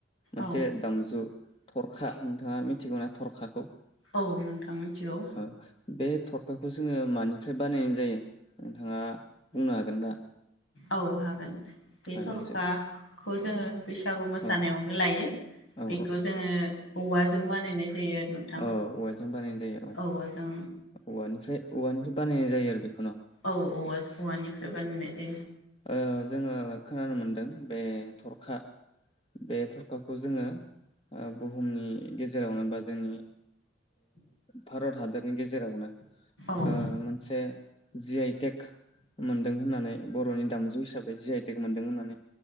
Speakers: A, on the left; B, on the left.
A: मोनसे
B: औ
A: दामजु थरखा नोंथाङा मिथिगौना थरखाखौ?
B: औ नोंथां मिथिगौ।
A: ओ बे थरखाखौ जोङो मानिफ्राय बानायनाय जायो नोंथाङा बुंनो हागोन ना।
B: औ हागोन। बे
A: ओ
B: थरखा।
A: एसे
B: खौ जोङो बैसागु मोसानायावनो
A: औ
B: लायो
A: औ
B: बेखौ जोङो औवाजों बानायनाय जायो आरो नोंथां
A: औ औवाजों बानायनाय जायो औ।
B: औवाजों
A: औवानिफ्राय औवानिफ्राय बानायनाय जायो आरो बे
B: औ औवा औवानिफ्राय बानायनाय जायो।
A: ओ जोङो खोनानो मोन्दों बे थरखा बे थरखाखौ जोङो ओ बुहुमनि गेजेरावनो बा जों बे भारत हादरनि गेजेरावनो
B: औ
A: ओ मोनसे जि आइटेक मोनदों होननानै बर'नि दामजु हिसाबै जि आइटेक मोनदों होननानै